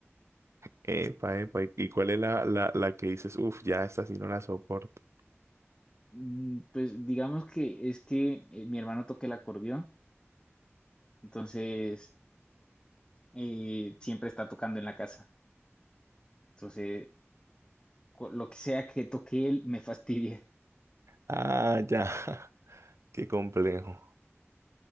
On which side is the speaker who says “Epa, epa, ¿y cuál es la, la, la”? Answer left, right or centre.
Right